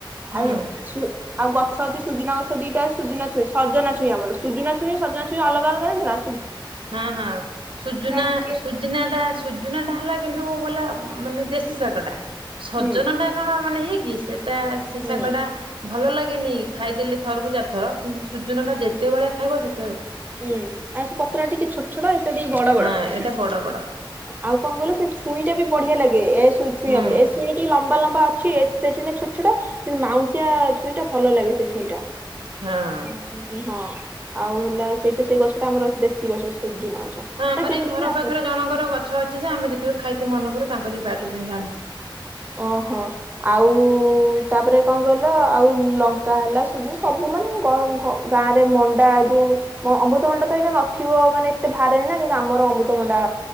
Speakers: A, on the right; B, on the right.
A: ହୁଁ।
B: ଆଲୁ ସୁ ଆଉ ଗ ସ ଅଛି ସୁଜୁନା ଗଛ ଦିଟା ଅଛି। ସୁଜୁନା ଛୁଇଁ ସଜନା ଛୁଇଁ ଆମର ସୁଜୁନା ଛୁଇଁ ସଜନା ଛୁଇଁ ଅଲଗା ଅଲଗା ନଥିଲା।
A: ହଁ ହଁ ସୁଜୁନା
B: ଟା ଟିକେ
A: ସୁଜୁନା ଟା ସୁଜୁନା ଟା ହେଲା କିନ୍ତୁ ବଲା ମାନେ ଦେଶୀ ଶାଗଟା। ସଜନା
B: ହୁଁ
A: ଟା କଣ ମାନେ ଇଏ ଇସ୍। ସେଟା ସେ
B: ହୁଁ
A: ଶାଗ ଟା ଭଲ ଲାଗେ। <unintelligible> ଖାଇଦେଲି ଥରକୁ ଚାରିଥର କିନ୍ତୁ ସୁଜୁନା ଟା ଯେତେ ଭେଳେ ଖାଇବ ସେ
B: ହୁଁ ଆଉ ସେ <unintelligible> ଟିକେ ଛୋଟ ଛୋଟ ସେ ଟିକେ ବଡ ବଡ
A: ହଁ ଏଇଟା ବଡ
B: <inaudible>
A: ବଡ
B: ଆଉ କଣ କହିଲ ସେ ଛୁଇଁଟା ବି ବଢିଆ ଲାଗେ। ଏଷ୍ଟ ଛୁଇଁ
A: ହୁଁ
B: ଅପେକ୍ଷା ଟିକିଏ ଲମ୍ବା ଲମ୍ବା ଲମ୍ବା ଅଛି ସେ ଛଇଁଟା ଛୋଟ ଛୋ କିନ୍ତୁ ମାଉସଆଛଇଁ ଟା ଭଲ ଲାଗେ ସେ ଛୁଇଟା।
A: ହଁ।
B: ଆ ହଁ ଆଉ ହେଲା। ସେଇଟା ସେଇ ଗଛଟା ଆର ଅଛି ଦେଶୀ ଗଛ ଗଛ।
A: ହଁ ଆମର
B: ତା କେମିତି
A: ଏଇ ଘର
B: କିନା
A: ପାଖରେ ଜଣଙ୍କର ଗଛ ଅଛି ଯେ ଆମେ ଯେତେବେଳେ ଖାଇତେ ମନେ କରୁ ତାଙ୍କର ଯି ବାଟକୁ ଯାଇକି ଆଣୁ
B: ଓହୋ ଆଉ ତାପରେ କଣ କହିଲ ଆଉ ଲଙ୍କା ହେଲା ସୁ ସବୁ ମାନେ ଗାଁ ରେ ମଣ୍ଡା ଯୋଉ ଅମୃତଭଣ୍ଡା ତ ଏଇନା ନଥିବ ମାନେ ଏତେ ବାାରେି ନା କିନ୍ତୁ ଆମର ଅମୃତଭଣ୍ଡା